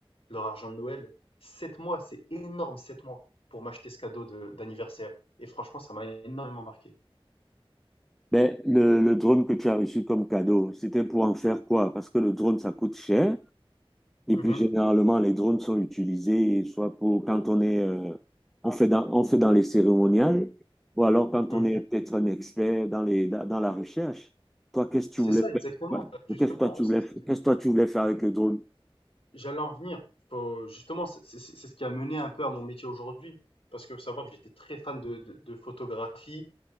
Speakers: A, on the left; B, in the centre.
A: de leur argent de Noël. Sept mois, c'est énorme, sept mois pour m'acheter ce cadeau de- d'anniversaire. Et franchement, ça m'a énormément marqué.
B: Ben, le, le drone que tu as reçu comme cadeau, c'était pour en faire quoi? Parce que le drone, ça coûte cher. Et
A: Mhm,
B: puis généralement, les drones sont utilisés soit pour quand on est, euh, on fait dans, on fait dans les cérémoniales, ou alors quand
A: mhm.
B: on est peut-être un expert dans les, dans, dans la recherche. Toi, qu'est-ce que tu
A: C'est
B: voulais
A: ça, exactement.
B: faire? Ouais.
A: Justement,
B: Qu'est-ce que toi tu
A: c'est-
B: voulais,
A: c'est-
B: qu'est-ce que toi tu voulais faire avec le drone?
A: j'allais en venir. Faut- justement, c'est c'est- c'est ce qui a mené un peu à mon métier aujourd'hui. Parce que faut savoir que j'étais très fan de, de, de photographie.